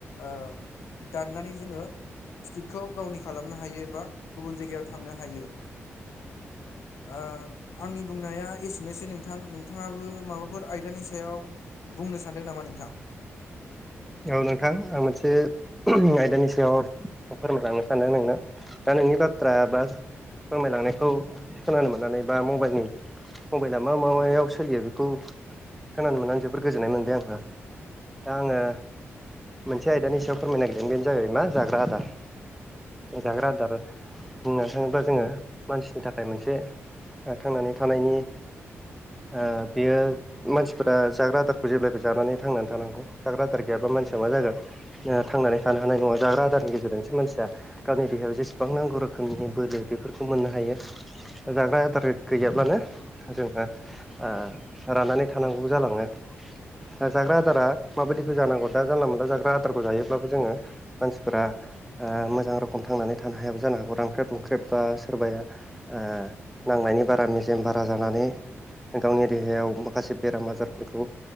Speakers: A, on the left (about 80°); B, in the centre.
A: ओ दाननानै जोङो टिकिटखौ गावनि खालामनो हायो एबा गुबुन जायगायाव थांनो हायो। ओ आंनि बुंनाया एसेनोसै नोंथां नोंथाङाबो माबाफोर आयदानि सायाव बुंनो सानदों नामा नोंथां?
B: औ नोंथां आं मोनसे आयदानि सायाव फोरमायलांनो सानदों नोंनो दा नोंनि बाथ्रा बा फोरमायलांनायखौ खोनानो मोननानै बा मबाइलनि मबाइला मा मा मायाव सोलियो बेखौ खोनानो मोननानै जोबोर गोजोननाय मोनबाय आंबो दा आङो मोनसे आयदानि सायाव फोरमायनो नागिरदों बेनो जाहैबाय मा जाग्रा आदार जाग्रा आदारा बुंनो थाङोब्ला जोङो मानसिनि थाखाय मोनसे ओ थांनानै थानायनि ओ बेयो मानसिफोरा जाग्रा आदारखौ जेब्लायबो जानानै थांनानै थानांगौ जाग्रा आदार गैयाबा ओ मानसिया मा जागोन थांनानै थानो हानाय नङा जाग्रा आदारनि गेजेरजोंसो मानसिया गावनि देहायाव जेसेबां नांगौ रोखोमनि बोलो बेफोरखौ मोननो हायो। ओ जाग्रा आदार गैयाब्लानो जोङो ओ राननानै थानांगौबो जालाङो ओ जाग्रा आदारा माबादि खौ जानांगौ दा जानला मोनानला जाग्रा आदारखौ जायोब्लाबो जोङो मानसिफोरा ओ मोजां रखम थांनानै थानो हायाबो जानो हागौ रांख्रेब-रुंख्रेब बा सोरबाया ओ नांनायनि बारा मेजेम बारा जानानै गावनि देहायाव माखासे बेराम आजारफोरखौ